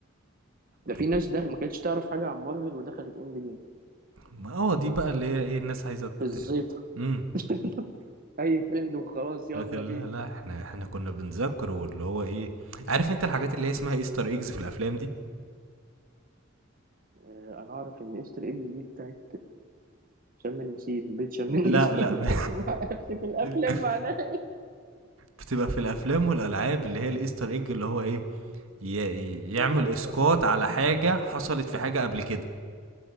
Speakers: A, on the right; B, on the right.
A: ده
B: طب
A: في ناس ده ما كانتش تعرف حاجه عن مارفل ودخلت اند جيم
B: ما اه دي بقى اللي هي ايه الناس عايزه
A: بالزيطة
B: ت- امم
A: <laughs> اي ترند وخلاص يلا
B: لكن لا
A: بينا
B: لا احنا احنا كنا بنذاكره واللي هو ايه عارف انت الحاجات اللي هي اسمها ايستر ايجز في الافلام دي
A: آه، انا اعرف ان قشطة اكس دي بتاعت شم النسيم بيت شم النسيم
B: لا لا
A: <laughs> لكن ما اعرفش في الافلام
B: <laughs>
A: معناها
B: بتبقى في الافلام والالعاب اللي هي الايستر ايج اللي هو ايه ي- يعمل
A: إيه.
B: اسقاط
A: قول لي.
B: على حاجه حصلت في حاجه قبل كده